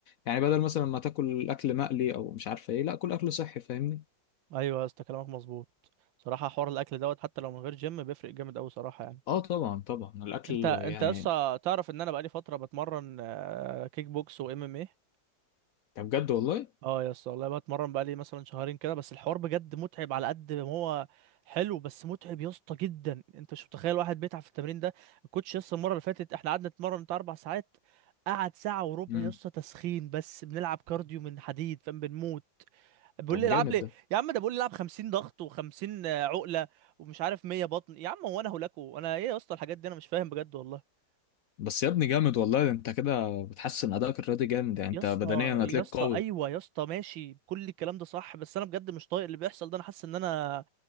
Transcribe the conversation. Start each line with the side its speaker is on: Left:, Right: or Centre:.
Left: يعني بدل مثلا ما تاكل اكل مقلي او مش عارف ايه لا كل اكل صحي فاهمني
Right: ايوه يا اسطى كلامك مظبوط صراحه حوار الاكل دوت حتى لو من غير جيم بيفرق جامد قوي صراحه يعني
Left: اه طبعا طبعا الاكل
Right: انت انت
Left: يعني
Right: لسه تعرف ان انا بقالي فتره بتمرن آه، كيك بوكس وام ام ايه
Left: طب بجد والله
Right: اه يا اسطى والله بتمرن بقالي مثلا شهرين كده بس الحوار بجد متعب على قد ما هو حلو بس متعب يا اسطى جدا انت مش متخيل واحد بيتعب في التمرين ده الكوتش يا اسطى المره اللي فاتت احنا قعدنا نتمرن بتاع اربع ساعات قعد ساعه وربع
Left: مم.
Right: يا اسطى تسخين بس بنلعب كارديو من حديد فاهم بنموت بيقول
Left: طب
Right: لي العب
Left: جامد
Right: لي
Left: ده
Right: يا عم ده بيقول لي العب 50 ضغط و50 عقله ومش عارف 100 بطن يا عم هو انا هلاكو انا ايه يا اسطى الحاجات دي انا مش فاهم بجد والله
Left: بس يا ابني جامد والله ده انت كده بتحسن ادائك الرياضي جامد يعني انت
Right: يا اسطى
Left: بدنيا
Right: يا
Left: هتلاقيك
Right: اسطى
Left: قوي
Right: ايوه يا اسطى ماشي كل الكلام ده صح بس انا بجد مش طايق اللي بيحصل ده انا حاسس ان انا